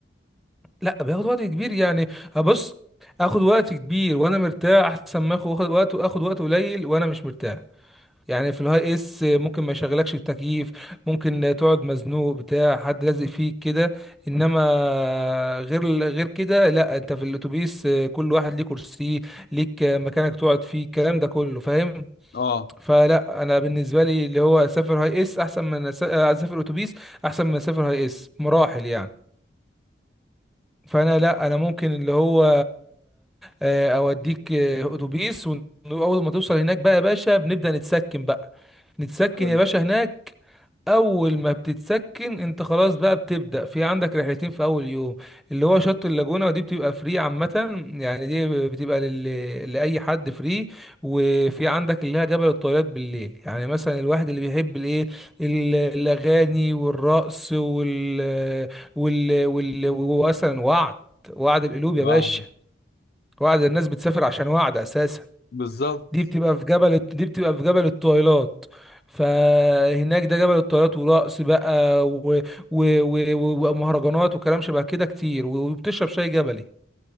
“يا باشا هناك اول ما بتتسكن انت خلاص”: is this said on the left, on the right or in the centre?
Centre